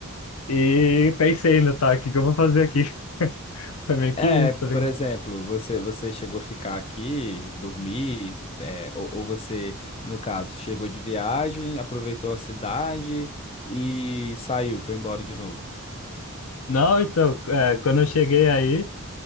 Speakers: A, on the left; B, on the left.
A: e pensei, né, tá, o que que eu vou fazer aqui? <laughs> Foi meio que
B: é,
A: isso, tá ligado?
B: por exemplo, você você chegou a ficar aqui, dormir, é, ou, ou você, no caso, chegou de viagem, aproveitou a cidade e saiu, foi embora de novo.
A: Não, então, é, quando eu cheguei aí,